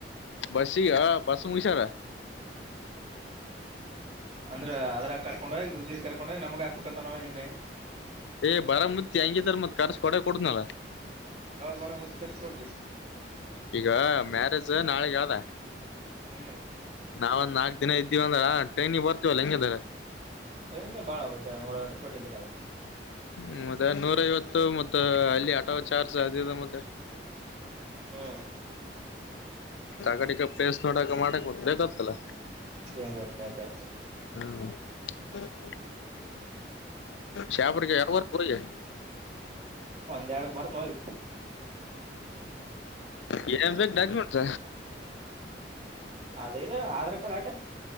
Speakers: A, on the left; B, on the right.
A: ಬಸ್ಸಿಗೊ ಬಸ್ ಮುಗ್ಶ್ಯರ.
B: ಅಂದ್ರ ಅದ್ರಗ್ ಕರ್ಕೊಂಡೋಗಿ ಉದ್ರಿ ಕರ್ಕೊಂಡೋಗಿ ನಮಗ್ ಹಾಕ್ಬೇಕಂತನೋ ನಿನ್ನೆ.
A: ಏ ಬರಮುತ್ಯ ಹೇಗಿದ್ರೂನು ಮತ್ ಖರ್ಚ ಕೊಡೇ ಕೊಡ್ತ್ನಲ್ಲ.
B: ಬರಮತಿ ಖರ್ಚ ಕೊಡ್ತಿ.
A: ಈಗ ಮ್ಯಾರೇಜ್ ನಾಳಿಗಿ ಆದ
B: ಹ್ಮ್
A: ನಾವನ್ ದಿನ ಇದೀವಿ ಅದ್ರ ಟ್ರೈನಿಂಗಿ ಹೋತಿವಲ್ಲ ಹೆಂಗಿದ್ರ.
B: ಟ್ರೈನಗೇನ್ ಬಾಳವ್ ನೂರ್ ಐವತ್ತ್ ರೂಪಾಯಿ ಟಿಕೇಟ್ ಆದ.
A: ಹ್ಮ ಮತ್ತೆ ನೂರೈವತ್ತು ಮತ್ತ ಅಲ್ಲಿ ಆಟೋ ಚಾರ್ಜ್ ಅದು ಇದು ಮತ್ತೆ.
B: ಹ್ಮ್.
A: ಅಕಡಿ ಇಕಡಿ ಪ್ರೇಸ್ ನೋಡಕ ಮಾಡಕ್ ಬೇಕತ್ತಲ್ಲ.
B: <unintelligible>
A: ಹ್ಮ. ಶಾಪುರ್ಗಿ ಯಾವಾಗ್ ಬರ್ತಿ ಊರಿಗಿ.
B: ಒಂದೆರಡಕ್ ಬರ್ತನ್ ಹೋಗಿ.
A: ಏನ್ ಏನ್ ಬೇಕ್ ಡಾಕ್ಯುಮೆಂಟ್ಸ.
B: ಅದ ಆಧಾರ್ ಕಾರ್ಡ್ ಆಟೆ.